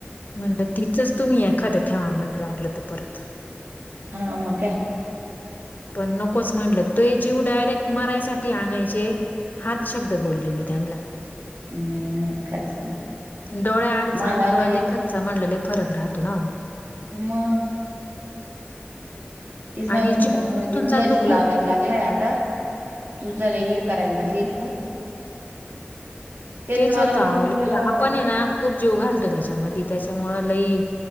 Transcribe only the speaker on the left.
म्हणड तिचच तुम्ही एखादं ठेवा म्हण लागलं तर परत
पण नकोच म्हणलं तो जीव डायरेक्ट मरायसाठी आणायच े हात शब्द बोलले मी त्यांना
डोळ्या अडचा
आणि डोळ्या
खातचा म्हणलेले फरक राहतो ना
आणि
जीव
गुंतून
जातो
खूप
तेच
होतं
आवल
हा पण ये ना खूप जीव घालतो त्याच्यामध्ये त्याच्यामुळं लई